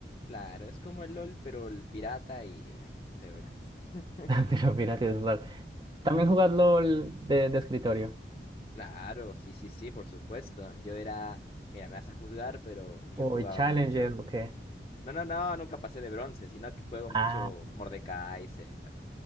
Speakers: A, on the left; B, on the right.
A: Claro, es como el LOL, pero el pirata y bueno, de celular. <laughs>
B: <laughs> Pero fíjate, de celular. ¿También jugás LOL de, de escritorio?
A: Claro, sí, sí, sí, por supuesto. Yo era, mira, me vas a juzgar, pero yo
B: Uy,
A: jugaba
B: Challenger,
A: mucho.
B: ok.
A: No, no, no, nunca pasé de bronce, sino que juego mucho
B: Ah,
A: Mordekaiser,